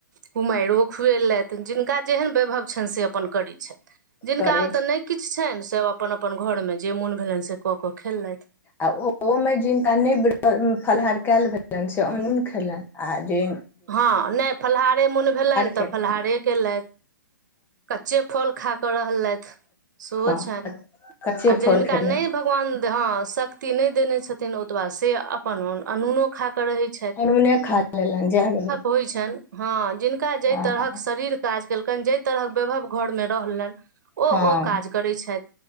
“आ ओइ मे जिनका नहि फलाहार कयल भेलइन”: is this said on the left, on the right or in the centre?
Left